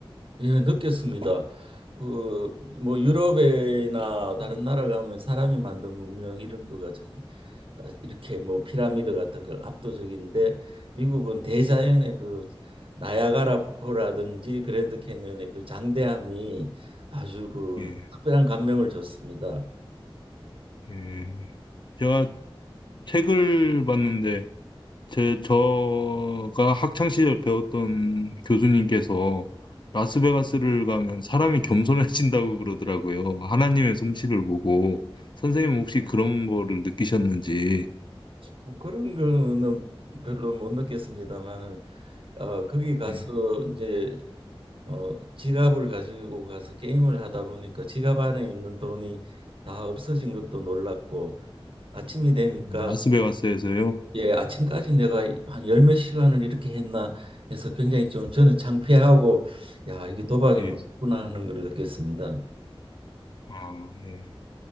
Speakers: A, on the right (about 65°); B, on the left (about 55°).
A: 예, 느꼈습니다. 그 뭐 유럽이나 다른 나라 가면 사람이 만든 문명 이런 거가 참 아, 이렇게 뭐 피라미드 같은 거 압도적인데 미국은 대자연의 그 나야가라 폭포라든지 그랜드 캐니언의 그 장대함이 아주 그
B: 예,
A: 특별한 감명을 줬습니다.
B: 예. 제가 책을 봤는데 제 저가 학창 시절 배웠던 교수님께서 라스베가스를 가면 사람이 겸손해진다고 그러더라고요. 하나님의 솜씨를 보고 선생님 혹시 그런 거를 느끼셨는지
A: 뭐 그런 거는 별로 못 느꼈습니다만은 어 거기 가서
B: 예.
A: 이제 어 지갑을 가지고 가서 게임을 하다 보니까 지갑 안에 있는 돈이 다 없어진 것도 놀랐고 아침이 되니까
B: 아, 라스베가스에서요?
A: 예, 아침까지 내가 한 열 몇 시간을 이렇게 했나 해서 굉장히 좀 저는 창피하고 야, 이게 도박이
B: 예.
A: 무섭구나 하는 걸 느꼈습니다.
B: 아, 예.